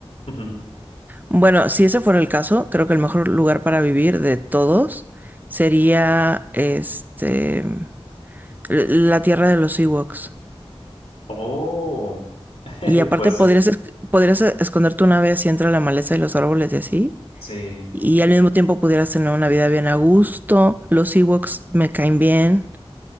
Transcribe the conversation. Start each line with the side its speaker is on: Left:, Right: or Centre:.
Left: <laughs>
Right: Bueno, si ese fuera el caso, creo que el mejor lugar para vivir de todos sería este l- la tierra de los Ewoks.
Left: Oh, <laughs>
Right: Y aparte
Left: pues
Right: podrías,
Left: sí,
Right: es- podrías e- esconder tu nave así entre la maleza y los árboles y así.
Left: sí,
Right: Y al mismo tiempo pudieras tener una vida bien a gusto. Los Ewoks me caen bien.